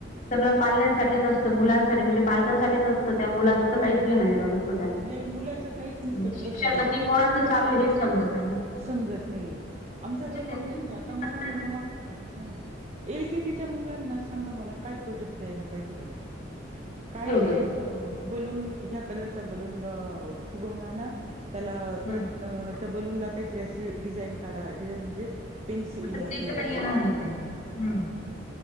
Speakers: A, on the left (about 40°); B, on the right (about 35°).
A: सगळं पाल्यांसाठीच असतं मुलांसाठी म्हणजे पालकांसाठीच असतं त्या मुला त्याच
B: हो
A: काहीच घेण देण नसत त्यांना
B: नाही मुलाचं काहीच नसतं
A: म्ह
B: खरंच
A: शिक्षण नक्की कोणा च चालू हेच समजत नाही ना.
B: समजत नाहीेयेत आमच्याकडे
A: म्हणजे त्यांची
B: पण तेच
A: बुद्धिमत्ता
B: आता माझा मुलगा माग एल केजीच्या मुलांना सांगा मला काय प्रोजेक्ट द्यायला पाहिजे बरं? काय
A: बरोबर
B: ते
A: आहे
B: बलून ह्या कलरचा बलून अ फुगऊन आना त्याला
A: हम्म
B: परत त्या बलूनला काहीतरी अशी डिझाईन काढा डिझाईन म्हणजे पेन्सि
A: आता
B: आपलं
A: ते तर काही येणार
B: ह्याच
A: नाही त्यांना हम्म